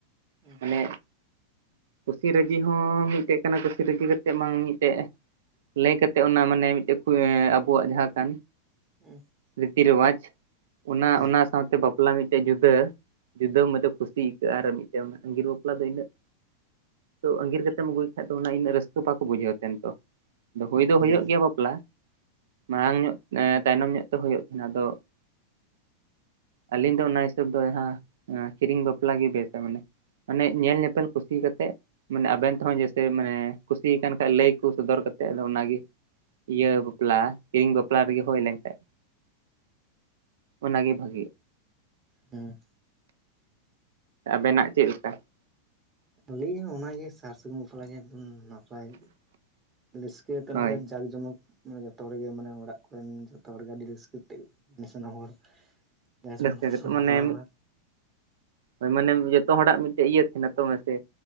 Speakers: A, on the right (about 25°); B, on the right (about 60°).
A: <unintelligible>
B: ᱢᱟᱱᱮ ᱠᱩᱥᱤ ᱨᱟᱹᱡᱤ ᱦᱚᱸ ᱢᱤᱫᱴᱮᱡ ᱠᱟᱱᱟ ᱠᱩᱥᱤ ᱨᱟᱹᱡᱤ ᱠᱟᱛᱮᱮᱫ ᱵᱟᱝ ᱢᱤᱫᱴᱮᱡ ᱞᱟᱹᱭ ᱠᱟᱛᱮᱫ ᱚᱱᱟ ᱢᱟᱱᱮ ᱢᱤᱫᱴᱮᱡ ᱟᱵᱚᱣᱟᱜ ᱡᱟᱦᱟᱸ ᱠᱟᱱ
A: <unintelligible>
B: ᱨᱤᱛᱤ ᱨᱚᱣᱟᱪ ᱚᱱᱟ
A: ᱦᱮᱸ
B: ᱚᱱᱟ ᱥᱟᱶᱛᱮ ᱵᱟᱯᱞᱟ ᱢᱤᱫ ᱢᱤᱫᱴᱮᱡ ᱡᱩᱫᱟᱹ ᱡᱩᱫᱟᱹ ᱢᱩᱫᱟ ᱠᱩᱥᱤ ᱟᱹᱭᱠᱟᱹᱜᱼᱟ ᱟᱨ ᱢᱤᱫᱴᱮᱱ ᱟᱸᱜᱤᱨ ᱵᱟᱯᱞᱟ ᱫᱚ ᱤᱱᱟᱹᱜ ᱛᱚ ᱟᱜᱤᱨ ᱠᱟᱛᱮᱢ ᱟᱹᱜᱩᱭ ᱠᱷᱟᱡ ᱫᱚ ᱚᱱᱟ ᱤᱱᱟᱹᱜ ᱨᱟᱹᱥᱠᱟᱹ ᱵᱟᱠᱚ ᱵᱩᱡᱷᱟ. ᱣ ᱛᱟᱦᱮᱱ ᱛᱚ ᱦᱳᱭ ᱫᱚ ᱦᱳᱭᱳᱜ
A: ᱦᱮᱸ
B: ᱜᱮᱭᱟ ᱵᱟᱯᱞᱟ ᱢᱟᱲᱟᱝ ᱧᱚᱜ ᱛᱟᱭᱱᱚᱢ ᱧᱚᱜ ᱛᱮ ᱦᱩᱭᱩᱜ ᱛᱟᱦᱮᱸ ᱟᱫᱚ ᱟᱹᱞᱤᱧ ᱫᱚ ᱚᱱᱟ ᱦᱤᱥᱟᱹᱵ ᱫᱚ ᱡᱟᱦᱟ ᱠᱤᱨᱤᱧ ᱵᱟᱯᱞᱟ ᱜᱮ ᱵᱮᱥᱟ ᱢᱟᱱᱮ ᱟᱱᱮ ᱧᱮᱞ ᱧᱮᱯᱮᱞ ᱠᱩᱥᱤ ᱠᱟᱛᱮᱜ ᱢᱟᱱᱮ ᱟᱵᱮᱱ ᱛᱮᱦᱚᱸ ᱡᱮ ᱥᱮᱭ ᱢᱟᱱᱮ ᱠᱩᱥᱤ ᱟᱠᱟᱱ ᱠᱷᱟᱱ ᱞᱟᱹᱭ ᱠᱚ ᱥᱚᱫᱚᱨ ᱠᱟᱛᱮᱫ ᱟᱫᱚ ᱚᱱᱟᱜᱮ ᱤᱭᱟᱹ ᱵᱚᱯᱞᱟ ᱠᱤᱨᱤᱝ ᱵᱚᱯᱞᱟ ᱨᱮᱜᱮ ᱦᱳᱭ ᱞᱮᱱ ᱛᱟᱦᱮᱫ ᱚᱱᱟᱜᱮ ᱵᱷᱟᱜᱤ
A: ᱦᱩ
B: ᱟᱵᱮᱱᱟᱜ ᱪᱮᱫ ᱞᱮᱠᱟ
A: ᱟᱞᱤᱧ ᱦᱚ ᱚᱱᱟ ᱚᱱᱟᱜᱮ ᱥᱟᱨ ᱥᱟᱹᱜᱩᱱ ᱵᱟᱯᱞᱟᱜ ᱜᱮ ᱮᱠᱫᱚᱢ ᱱᱟᱯᱟᱭ ᱨᱟᱹᱥᱠᱟ ᱛᱮᱱᱟᱜ
B: ᱦᱳᱭ
A: ᱛᱮ ᱚᱱᱟ ᱠᱚᱫᱚ ᱡᱟᱠ ᱡᱚᱢᱚᱠ ᱢᱟᱱᱮ ᱡᱚᱛᱚ ᱦᱚᱲᱜᱮ ᱢᱟᱱᱮ ᱚᱲᱟᱜ ᱠᱚᱨᱮᱱ ᱡᱚᱛᱚ ᱦᱚᱲᱜᱮ ᱟᱹᱰᱤ ᱨᱟᱹᱥᱠᱟᱹ ᱛᱮ ᱥᱟᱱᱟᱢ ᱦᱚᱲ ᱡᱟᱠ ᱡᱚᱢᱚᱠ
B: ᱨᱟᱹᱥᱠᱟᱹ ᱠᱟᱛᱮᱫ
A: ᱠᱚ ᱵᱟᱯᱞᱟ
B: ᱢᱟᱱᱮ
A: ᱵᱚᱱᱟ
B: ᱦᱳᱭ ᱢᱟᱱᱮ ᱡᱚᱛᱚ ᱦᱚᱲᱟᱜ ᱢᱤᱫᱴᱮᱡ ᱤᱭᱟᱹ ᱛᱟᱦᱮᱱᱟ ᱛᱚ ᱢᱮᱥᱮ